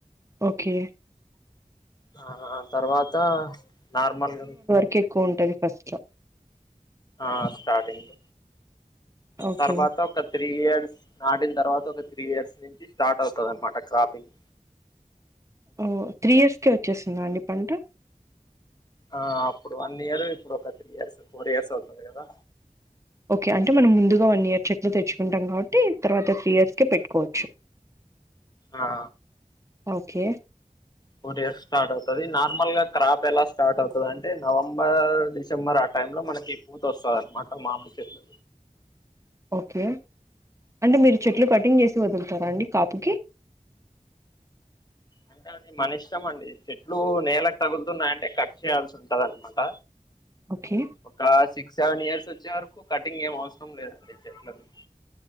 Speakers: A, on the right; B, on the left.
A: ఓకే
B: ఆ తర్వాత నార్మల్గా
A: కిక్కు ఎక్కువ ఉంటది ఫస్ట్ లో
B: ఆ స్టార్టింగ్
A: ఓకే
B: తర్వాత ఒక త్రీ ఇయర్స్ నాటిన తర్వాత ఒక త్రీ ఇయర్స్ నుంచి స్టార్ట్ అవుతంది అనమాట క్రాపింగ్
A: ఓ త్రీ ఇయర్స్క వచ్చేస్తుందా అండి పంట
B: ఆ అప్పుడు వన్ ఇయర్ ఇప్పుడు ఒక త్రీ ఇయర్స్ ఫోర్ ఇయర్స్ అవుతుంది కదా
A: ఓకే అంటే మనం ముందుగా వన్ ఇయర్ చెట్లు తెచ్చుకుంటాం కాబట్టి తర్వాత త్రీ ఇయర్స్ కే పెట్టుకోవచ్చు
B: ఆ
A: ఓకే
B: ఫోర్ ఇయర్స్ స్టార్ట్ అవుతది నార్మల్ గా క్రాప్ ఎలా స్టార్ట్ అవుతది అంటే నవంబర్ డిసెంబర్ అ టైమ్ లో మనకి పూత వస్తుంది అనమాట మామిడి చెట్టు
A: ఓకే అంటే మీరు చెట్లు కటింగ్
B: ఆ
A: చేసి వదులుతారా అండి కాపుకి
B: అంటే అది మన ఇష్టంమండి చెట్లు నేలకు తగులుతున్నాయంటే కట్ చేయాల్సి ఉంటది అనమాట
A: ఓకే
B: ఒక సిక్స్ సెవెన్ ఇయర్స్ వచ్చే వరకు కటింగ్ ఏం అవసరం లేదండి చెట్లలకు